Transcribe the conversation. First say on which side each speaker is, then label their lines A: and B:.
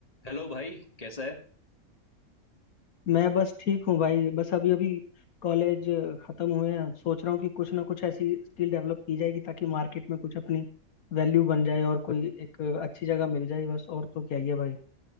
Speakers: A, on the left (about 25°); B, on the left (about 75°).
A: Hello भाई कैसा है
B: मैं बस ठीक हूँ भाई बस अभी अभी कॉलेज खत्म हुए हैं सोच रहा हूँ कि कुछ ना कुछ ऐसी स्किल डेवलप की जाएगी ताकि मार्केट में कुछ अपनी वैल्यू बन जाए और कोई एक अच्छी जगह मिल जाए बस और तो क्या ही है भाई